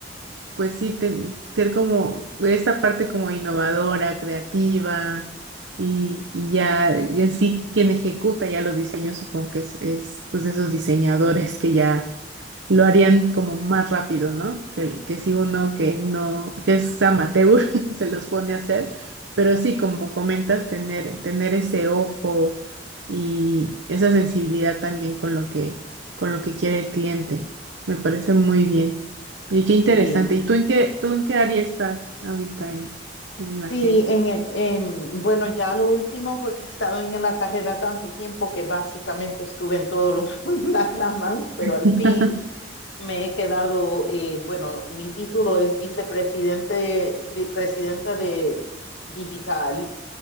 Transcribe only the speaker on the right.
pues sí, te- ser como esta parte como innovadora, creativa y, y ya en sí quien ejecuta ya los diseños, supongo que es, es pues esos diseñadores que ya lo harían como más rápido, ¿no? Que, que si uno que no, que es amateur, <laughs> se los pone a hacer, pero sí, como comentas, tener, tener ese ojo y esa sensibilidad también con lo que, con lo que quiere el cliente. Me parece muy bien. Y qué interesante.
¿Y tú en qué, tú en qué área estás ahorita en, en la
agencia?
<laughs>